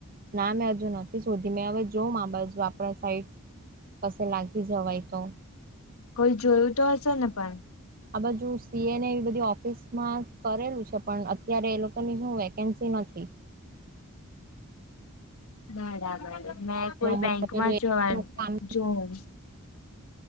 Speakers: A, on the right; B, on the left.
A: ના મેં હજુ નથી શોધી મેં હવે જો મા બાજુ આપણા સાઈટ કસે લાગી જવાય તો
B: કોઈ જોયું તો હશે ને પણ.
A: આ બાજુ સીએને એ બધી ઓફિસમાં કરેલું છે પણ અત્યારે એ લોકોની શું. કેન્સી નથી.
B: બરાબર મેં કોઈ
A: ને હમણાં
B: બેંકમાં
A: પેલું
B: જવા
A: એનું કામ
B: જોઉં.